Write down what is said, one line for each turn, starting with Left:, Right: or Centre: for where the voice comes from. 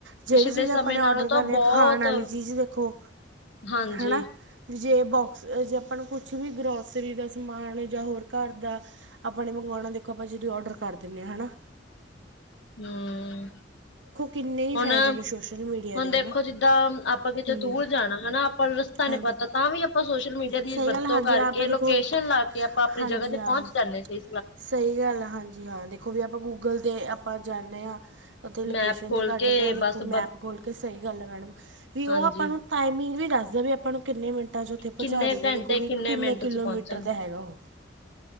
Right: ਜਿਹੜੀ
Left: ਪਿਛਲੇ
Right: ਚੀਜ਼
Left: ਸਮੇਂ
Right: ਆਪਾਂ ਨੇ
Left: ਨਾਲੋਂ
Right: ਔਡਰ ਕਰਨੀ
Left: ਤਾਂ ਬਹੁਤ
Right: ਆ ਖਾਣ ਵਾਲੀ ਚੀਜ਼ ਦੇਖੋ
Left: ਹਾਂਜੀ
Right: ਹਨਾ ਜੇ ਬੋਕਸ ਜੇ ਆਪਾਂ ਨੂੰ ਕੁਛ ਵੀ ਗਰੋਸਰੀ ਦਾ ਸਮਾਨ ਜਾਂ ਹੋਰ ਘਰ ਦਾ ਆਪਣੇ ਮੰਗਵਾਉਣਾ ਦੇਖੋ ਆਪਾਂ ਜਿਹੜੀ ਔਡਰ ਕਰ ਦਿੰਦੇ ੇ ਹੈਾ
Left: ਹਮ
Right: ਕਿੰਨੇ ਹੀ
Left: ਹੁਣ
Right: ਫਾਇਦੇ ਨੇ ਸੋਸ਼ਲ ਮੀਡੀਆ
Left: ਹੁਣ
Right: ਦੇ ਹੈ
Left: ਦੇਖੋ
Right: ਨਾ
Left: ਜਿੱਦਾਂ ਆਪਾਂ ਕਿਤੇ
Right: ਹੂੰ
Left: ਦੂਰ ਜਾਣਾ ਹਨਾ ਆਪਾਂ ਰਸਤਾ
Right: ਹਾਂਜੀ
Left: ਨਹੀਂ ਪਤਾ ਤਾਂ ਵੀ ਆਪਾਂ ਸੋਸ਼ਲ ਮੀਡੀਆ ਦੀ
Right: ਸਹੀ
Left: ਵਰਤੋਂ
Right: ਗੱਲ ਹਾਂਜੀ
Left: ਕਰਕੇ
Right: ਆਪਾਂ ਦੇਖੋ
Left: ਲੋਕੇਸ਼ਨ ਲਾ ਕੇ ਆਪਾਂ ਆਪਣੀ
Right: ਹਾਂਜੀ
Left: ਜਗ੍ਹਾ ਤੇ
Right: ਹਾਂ
Left: ਪਹੁੰਚ ਜਾਂਦੇ ਸੀ
Right: ਸਹੀ ਗੱਲ ਆ ਹਾਂਜੀ ਹਾਂ ਦੇਖੋ ਵੀ ਆਪਾਂ ਗੂਗਲ ਤੇ ਆਪਾਂ ਜਾਂਦੇ ਹਾਂ ਲੋਕੇਸ਼ਨ
Left: ਮੈਪ ਖੋਲ
Right: ਤੇ ਕੱਢਦੇ
Left: ਕੇ
Right: ਆ ਦੇਖੋ
Left: ਬਸ ਬ
Right: ਮੈਪ ਖੋਲ ਕੇ ਸਹੀ ਗੱਲ ਹੈ ਮੈਡਮ ਵੀ ਉਹ
Left: ਹਾਂਜੀ
Right: ਆਪਾਂ ਨੂੰ ਟਾਈਮਿੰਗ ਵੀ ਦੱਸਦਾ ਵੀ ਆਪਾਂ ਨੂੰ ਕਿੰਨੇ ਮਿੰਟ ਟਾਂ ਚ ਉੱਥੇ ਪਹੁੰਚਾ
Left: ਕਿੰਨੇ
Right: ਦੂਗਾ
Left: ਘੰਟੇ
Right: ਦੇਖੋ ਵੀ ਕਿੰਨੇ
Left: ਮਿੰਟ ਚ
Right: ਕਿਲੋਮੀਟਰ
Left: ਪਹੁੰਚਣ
Right: ਦਾ ਹੈਗਾ ਉਹ